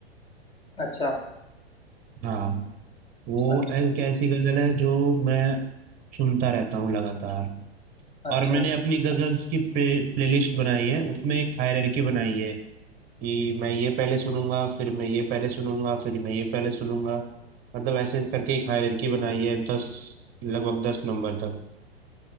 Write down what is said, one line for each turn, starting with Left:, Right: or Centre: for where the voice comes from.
Left: अच्छा
Right: हाँ वो
Left: अच्छा
Right: एक ऐसी गजल है जो मैं सुनता रहता हूँ लगातार
Left: अच्छा
Right: और मैंने अपनी गजल्स की प्ले, प्लेलिस्ट बनाई है उसमें एक हायरार्की बनाई है कि मैं ये पहले सुनूंगा फिर मैं ये पहले सुनूंगा फिर मैं ये पहले सुनूंगा मतलब ऐसे करके एक हायरार्की बनाई है दस लगभग दस नंबर तक